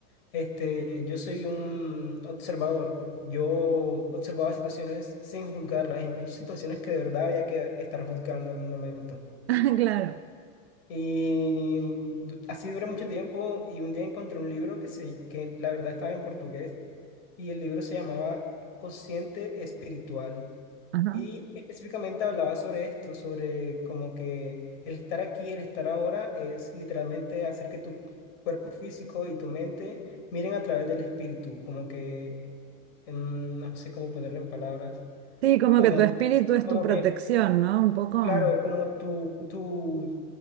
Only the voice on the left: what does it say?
este, yo soy un observador, yo observaba situaciones sin juzgarlas, incluso situaciones que de verdad había que estar juzgando en un momento.
Y du- así duré mucho tiempo y un día encontré un libro que, se, que la verdad estaba en portugués y el libro se llamaba Consciente Espiritual.
Y específicamente hablaba sobre esto, sobre como que el estar aquí, el estar ahora es literalmente hacer que tu cuerpo físico y tu mente miren a través del espíritu, como que, mm, no sé cómo ponerlo en palabras,
como,
como
que,
claro, como tu, tu,